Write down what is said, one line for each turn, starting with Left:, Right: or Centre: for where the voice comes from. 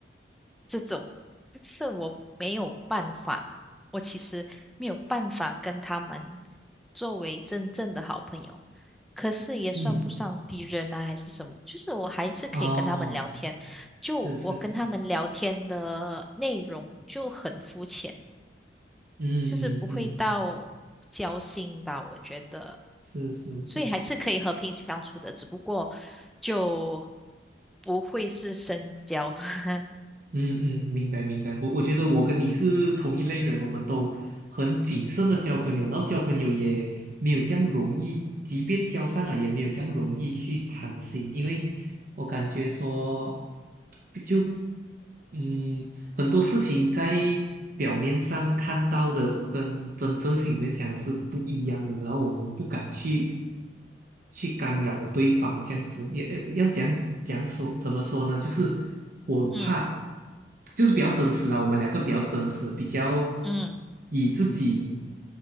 Centre: 这种，就是我没有办法，我其实没有办法跟他们作为真正的好朋友，可是也算不上敌人啊，
Right: 嗯，
Centre: 还是什么，就是我还是可以跟他们聊天，
Right: 哦，
Centre: 就我跟他们聊天的内容就很肤浅，
Right: 是是是。嗯嗯嗯，
Centre: 就是不会到交心吧，我觉得。
Right: 是是是，
Centre: 所以还是可以和平相处的，只不过就不会是深交。<laughs>
Right: 嗯嗯，明白明白。我我觉得我跟你是同一类人，我们都很谨慎的交朋友，然后交朋友也没有这样容易，即便交上了也没有这样容易去谈心，因为我感觉说就。嗯，很多事情在表面上看到的，跟真正心里面想的是不一样的，然后我们不敢去去干扰对方，这样子也要要讲讲说怎么说呢？就是我很怕，
Centre: 嗯
Right: 就是比较真实啦，我们两个比较真实，比较
Centre: 嗯，
Right: 以自己